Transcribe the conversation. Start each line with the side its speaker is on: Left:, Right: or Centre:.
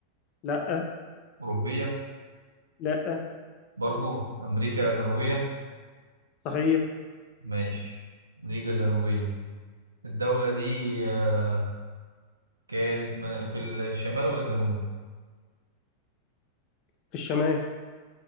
Left: لا
Right: أوروبية
Left: لا
Right: برضو أمريكا جنوبية
Left: صحيح
Right: ماشي أمريكا جنوبية الدولة دي آه، كانت م- في الشمال ولا الجنوب؟
Left: في الشمال